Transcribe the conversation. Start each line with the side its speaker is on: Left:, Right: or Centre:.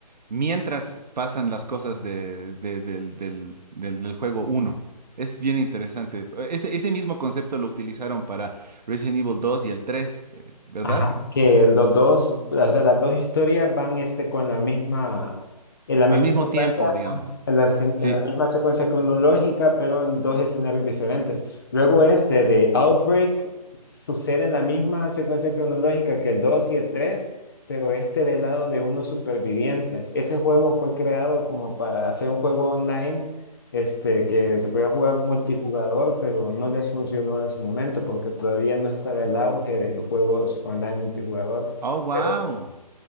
Right: mientras pasan las cosas de- de- del, del- del- del juego uno. Es bien interesante. Ese, ese mismo concepto lo utilizaron para Resident Evil 2 y el 3, eh, ¿verdad?
Left: ajá, que los dos, o sea, las dos historias van este, con la misma, en la misma
Right: Al mismo
Left: secuencia,
Right: tiempo, digamos.
Left: ajá, en la, se-
Right: Sí.
Left: en la misma secuencia cronológica, pero en dos escenarios diferentes. Luego este de Outbreak sucede en la misma secuencia cronológica que el 2 y el tres pero este del lado de unos supervivientes. Ese juego fue creado como para hacer un juego online este, que se podía jugar multijugador, pero no les funcionó en su momento porque todavía no estaba el auge de los juegos online multijugador.
Right: Oh, wow.
Left: Pero